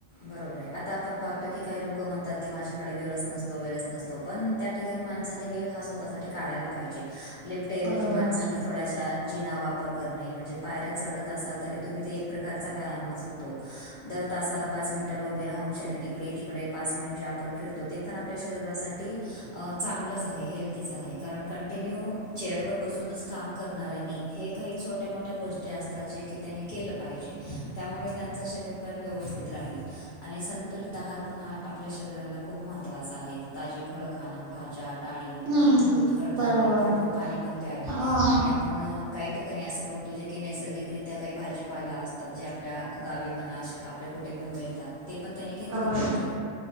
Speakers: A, on the left; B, on the right.
A: बरोबर आहे. आता आपण पाहतो की काही लोक म्हणतात की माझ्याकडे वेळच नसतो वेळच नसतो पण त्या ठिकाणी माणसांनी वेळ हा स्वतःसाठी काढायला पाहिजे. लिफ्टऐवजी
B: बरोबर
A: माणसांनी थोड्याशा जिणा वापर करणे म्हणजे पायऱ्या चढत असाल तरी तुम्ही ते एक प्रकारचा व्यायामच होतो. चला पाच मिनटाला उभे राहून शरीरिक इकडे तिकडे पाच मिनट जे आपण फिरतो ते पण आपल्या शरीरासाठी चांगलंच आहे हेल्दीच आहे. कारण कंटिन्यू चेअरवर बसूनच काम करणाऱ्यांनी हे काही छोट्या मोठ्या गोष्टी असतात जे की त्यांनी केलं पाहिजे त्यामुळे त्यांचं शरीर पण व्यवस्थित राहील, आणि संतुलित आहार पण हा आपल्या शरीराला खूप महत्त्वाचा आहे ताजी फळं खाणं, भाज्या, डाळी
B: हम्म
A: दूध, कडधान्य,
B: बरोबर
A: भरपूर पाणी पण प्यावे
B: हा
A: आणि पण काही ठिकाणी असं बघतो जे की नैसर्गिकरित्या काही भाजीपाला आता जे आपल्या गावी म्हणा, आपल्या कुठे पण मिळतात ते पण त्यानी घेतलं
B: बरोबर
A: पाहिजे